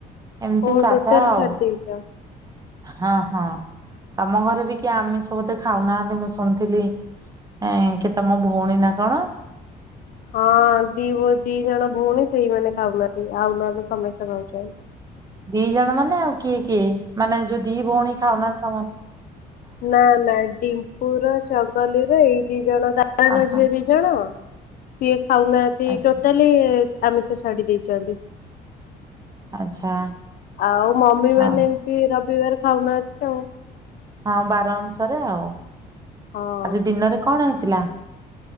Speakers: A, on the right; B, on the left.
A: ଏମିତି
B: ଓ
A: ସାଧା
B: ଟୋଟଲ
A: ଆଉ
B: <unintelligible>
A: ହଁ ହଁ ତମ ଘରେ ବି କି ଆମିଷ ବୁଧେ କେହି ଖାଉନାହାନ୍ତି ମୁଁ ଶୁଣିଥିଲି ଏ କି ତମ ଭଉଣୀ ନା କଣ।
B: ହଁ ଦି ଦି ଜଣ ଭଉଣୀ, ସେଇମାନେେ ଖାଉନାହାନ୍ତି ଆଉ ନହେଲେ ସମସ୍ତେ ଖାଉଛନ୍ତି।
A: ଦି ଜଣ ମାନେ ଆଉ କିଏ କିଏ? ମାନେ ଯଉ ଦି ଭଉଣ ଖାାଉ ନାହାନ୍ତି <inaudible>
B: ନା ନାହିଁ। ପୁରା ଚଗଲିରେ ଏଇ ଦି ଜଣ। ଦାଦାଙ୍କ
A: ଓହୋ
B: ଝିଅ ଦି ଜଣ। <inaudible> ଖାଉନାହାନ୍ତି
A: ଆଚ୍ଛା
B: ଟୋଟାଲି। ଆମିଷ ଛାଡି ଦେଇଛନ୍ତି।
A: ଆଚ୍ଛା
B: ଆଉ ମମି
A: ହଁ
B: ମାନେ ଏମତି ରବିବାର। <inaudible>
A: ହଁ ବାର ଅନୁସାରେ ଆଉ।
B: ହଁ।
A: ଆଜି ଦୀନରେ କଣ ହେଇ <unintelligible>